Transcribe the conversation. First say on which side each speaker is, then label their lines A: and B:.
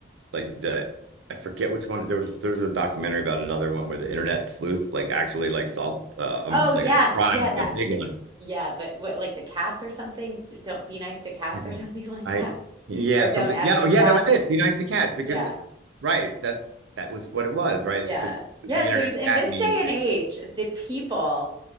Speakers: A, on the right (about 80°); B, on the right (about 20°).
A: like that. I forget which one. There was there's a documentary about another one where the internet sleuths like actually like solved uh, um
B: Oh,
A: like
B: yes.
A: a crime,
B: Yeah, that,
A: a big one.
B: yeah, but what, like the cats or something? D- Don't be nice to cats
A: Can't remember.
B: or <laughs> something like
A: I
B: that.
A: yeah
B: Or
A: something
B: don't F
A: yeah
B: with
A: oh, yeah
B: cats.
A: that was it. Be nice to cats because
B: Yeah,
A: right that's that was what it was right
B: yeah.
A: because the
B: Yeah,
A: internet
B: so in
A: cat
B: this
A: meme
B: day and
A: thing.
B: age, the people